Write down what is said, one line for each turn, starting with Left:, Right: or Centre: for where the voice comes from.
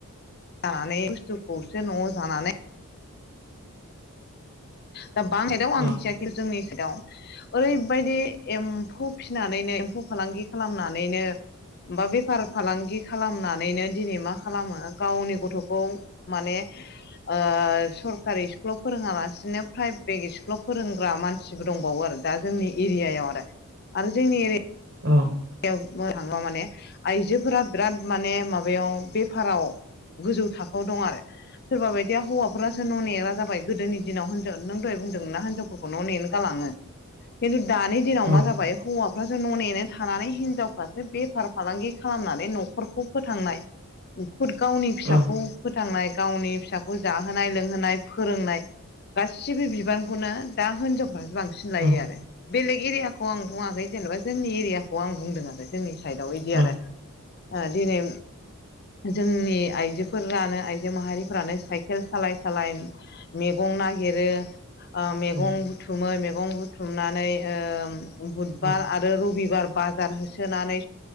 Left: जानानै बुस्थुखौसो न'आव जानानै दा बांसाइदाव आं
Right: औ
Left: मिथिया खिनथु जोंनि साइदआव ओरैबायदि एम्फौ फिनानैनो एम्फौ फालांगि खालामनानैनो बा बेफार फालांगि खालामनानैनो दिनै मा खालामो गावनि गथ'खौ माने ओ सरकारि स्कुलाव फोरोङालासिनो प्राइभेट स्कुलाव फोरोंग्रा मानसिबो दंबावो आरो दा जोंनि एरियायाव आरो आरो जोंनि एरिया
Right: औ
Left: बुंनोथाङोबा माने आइजोफोरा बिराद माने माबायाव बेफाराव गोजौ थाखोआव दं आरो सोरबा बायदिया हौवाफोरासो न' नेग्रा जाबाय गोदोनि दिनाव होनजाव नों दहाय बुंदोंमोन ना हिनजावफोरखौ न' नेनो गालाङो खिनथु दानि दिनाव
Right: औ
Left: मा जाबाय हौवाफ्रासो न' नेनो थानानै हिनजावफ्रासो बेफार फालांगि खालामनानै न'खरखौ फोथांनाय खुद गावनि फिसाखौ
Right: औ
Left: फोथांनाय गावनि फिसाखौ जाहोनाय लोंहोनाय फोरोंनाय गासिबो बिबानखौनो दा हिनजाव बांसिन लायो
Right: औ
Left: आरो बेलेग एरियाखौ आं बुङाखै जेनेबा जोंनि एरियाखौ आं बुंदों आरो जोंनि साइदआव इदि
Right: औ
Left: आरो ओ दिनै जोंनि आइजोफोरानो आइजो माहारिफोरानो साइकेल सालाय सालाय मैगं नागिरो ओ मैगं
Right: उम
Left: बुथुमो मैगं बुथुमनानै ओ बुधबार
Right: उम
Left: आरो रबिबार बाजार होसोनानै